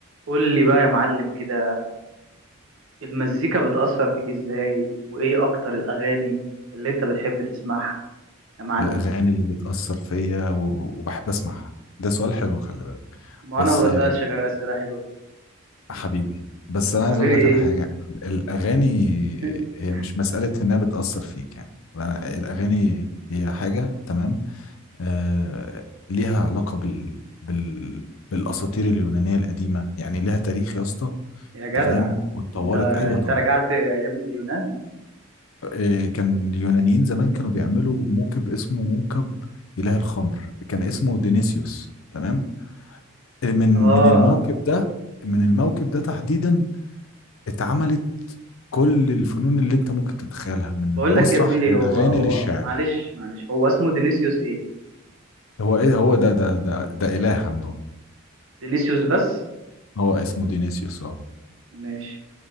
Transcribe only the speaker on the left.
الأغاني اللي بتأثر فيا و- وبحب أسمعها ده سؤال حلو خلي بالك
بس
آه،
حبيبي بس أنا عايز
أقول لك على
حاجة ال- الأغاني
هي مش مسألة إنها بتأثر فيك يعني فأنا- الأغاني هي حاجة تمام آه ليها علاقة بال... بال... بالأساطير اليونانية القديمة يعني ليها تاريخ يا اسطى
أنت فاهم واتطورت
أيوه
طبعا
آه، كان اليونانيين زمان كانوا بيعملوا موكب اسمه موكب إله الخمر كان اسمه دينيسيوس تمام من من
الموكب ده من الموكب ده تحديدا اتعملت كل الفنون اللي انت ممكن تتخيلها من المسرح
للاغاني
للشعر
هو ايه هو ده ده ده ده اله عنده
هو اسمه دينيسيوس اه